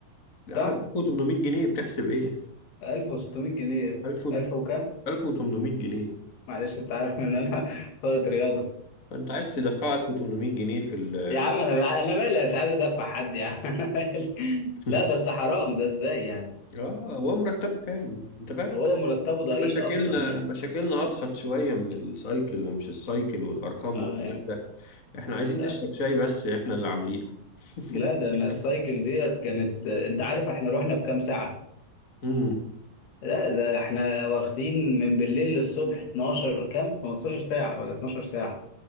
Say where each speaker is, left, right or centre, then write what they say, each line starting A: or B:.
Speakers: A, on the left; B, on the left.
A: يا
B: صح
A: عم ب 1800 جنيه بتحسب ايه؟
B: 1600 جنيه
A: 1000 و-
B: 1000 وكام
A: 1800 جنيه
B: معلش انت عارف ان انا <laughs> صاية رياضة
A: فانت عايز تدفع 1800 جنيه في ال
B: يا عم انا انا مالي مش عايز ادفع حد يا عم <laughs> انا مالي
A: <laughs>
B: لا بس حرام ده ازاي يعني
A: اه هو مرتبه كام انت فاهم
B: وهو مرتبه ضئيل
A: إحنا مشاكلنا
B: اصلا يعني
A: مشاكلنا ابسط شويه من السايكل ومش السايكل والارقام
B: اه
A: والكلام
B: يعني
A: ده احنا عايزين
B: لا
A: نشرب شاي بس احنا اللي عاملينه
B: لا
A: <laughs>
B: ده انا السايكل ديت كانت انت عارف احنا رحنا في كام ساعة
A: امم
B: لا ده احنا واخدين من بالليل للصبح 12 كام 15 ساعة ولا 12 ساعة